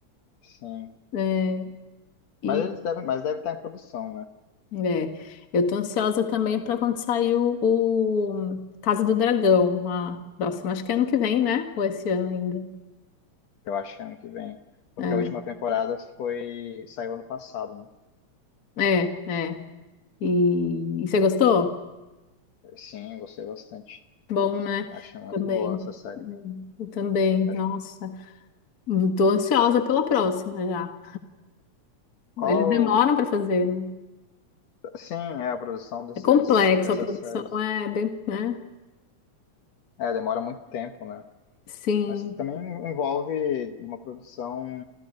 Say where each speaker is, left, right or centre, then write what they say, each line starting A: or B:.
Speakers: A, on the left; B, on the left.
A: sim.
B: É, e
A: Mas eles devem, mas deve estar em produção, né?
B: é, eu tô ansiosa também para quando sair o, o Casa do Dragão, a próxima, acho que é ano que vem, né? Ou esse ano ainda.
A: Eu acho que é ano que vem. Porque
B: É,
A: a última temporada foi, saiu ano passado, né?
B: é, é. E, e você gostou?
A: Sim, gostei bastante.
B: Bom, né?
A: Achei muito
B: Também.
A: boa essa série.
B: É, Eu também,
A: Acho
B: nossa.
A: que
B: Tô ansiosa pela próxima já.
A: qual,
B: Eles demoram para fazer, né?
A: sim, é a produção desses,
B: É complexo,
A: dessas
B: a produção
A: séries.
B: é bem, né?
A: É, demora muito tempo, né?
B: Sim,
A: Mas que também envolve uma produção